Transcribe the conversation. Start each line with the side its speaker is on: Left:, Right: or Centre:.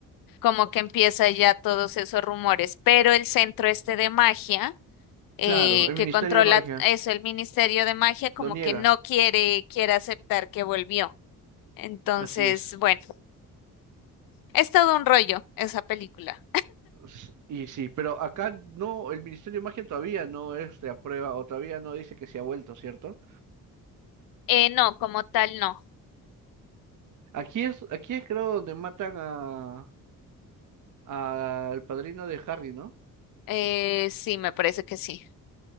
Left: como que empieza ya todos esos rumores, pero el centro este de magia, eh,
Right: Claro, el
Left: que
Right: Ministerio
Left: controla
Right: de Magia
Left: eso, el Ministerio de Magia, como
Right: lo niega.
Left: que no quiere, quiere aceptar que volvió. Entonces,
Right: Así es.
Left: bueno, es todo un rollo esa película.
Right: S- Y sí, pero acá no, el Ministerio de Magia todavía no este, aprueba o todavía no dice que se ha vuelto, ¿cierto?
Left: Eh, no, como tal, no.
Right: Aquí es, aquí es creo donde matan a Al padrino de Harry, ¿no?
Left: Eh, sí, me parece que sí.